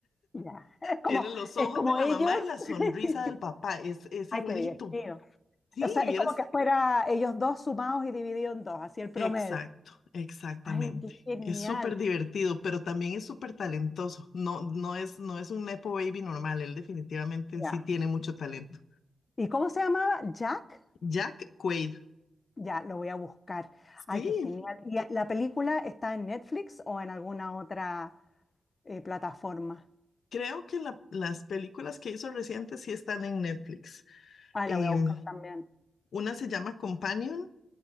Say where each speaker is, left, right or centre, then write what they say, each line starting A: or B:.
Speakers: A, on the left (about 35°); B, on the left (about 85°).
A: ya. <laughs> Es como,
B: Tienen los ojos
A: es como
B: de la
A: ellos.
B: mamá y la sonrisa
A: <laughs>
B: del papá, es, es
A: Ay,
B: igualito.
A: qué divertido.
B: Sí,
A: O sea,
B: vieras.
A: es como que fuera ellos dos sumados y divididos en dos, así el promedio.
B: Exacto, exactamente.
A: Ay, qué genial.
B: Es súper divertido, pero también es súper talentoso. No, no es, no es un Nepo Baby normal, él definitivamente
A: Ya.
B: sí tiene mucho talento.
A: ¿Y cómo se llamaba? ¿Jack?
B: Jack Quaid.
A: Ya, lo voy a buscar. Ay,
B: Sí,
A: qué genial. ¿Y la película está en Netflix o en alguna otra eh, plataforma?
B: creo que la- las películas que hizo recientes sí están en Netflix.
A: Ay,
B: Em,
A: la voy a buscar también.
B: una se llama Companion,